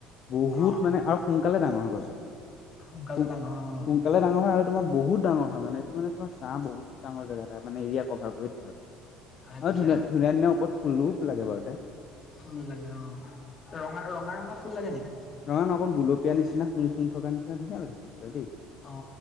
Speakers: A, on the left; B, on the left.
A: বহুত
B: অ
A: মানে আৰু সোনকালে ডাঙৰ হৈ গছজোপা।
B: সোনকালে
A: সোন
B: ডাঙৰ হয় অ।
A: সোনকালে ডাঙৰ হয় আৰু তোমাৰ বহুত ডাঙৰ হয় মানে এইটো মানে তোমাৰ চাঁহ বহুত ডাঙৰ জেগা টাইপ। মানে এৰিয়া কভাৰ কৰি থাকে আৰু।
B: আচ্ছা
A: আৰু ধুনীয়া ধুনীয়া ধুনীয়া ওপৰত ফুলো লাগে বাৰুতে।
B: ফুল লাগে অ। ৰঙা ৰঙা ৰঙা ফুল লাগে নেকি?
A: নহয় ন অক গোলপীয়া নিচনা শুং শুং থকা নিচিনা ধুনীয়া লাগে ফুল কেইপাহ দেই।
B: অ